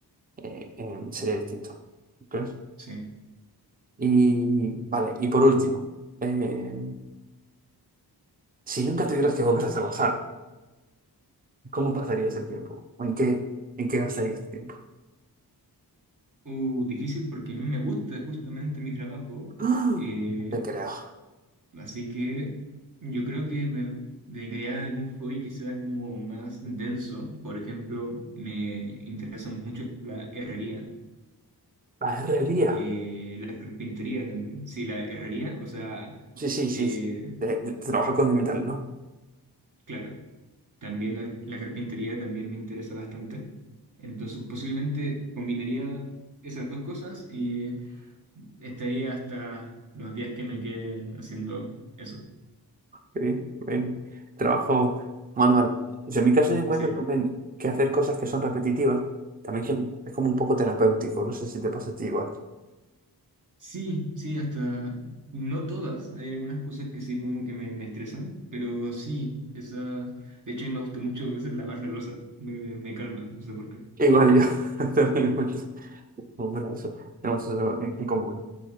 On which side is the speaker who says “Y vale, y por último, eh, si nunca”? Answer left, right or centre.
Right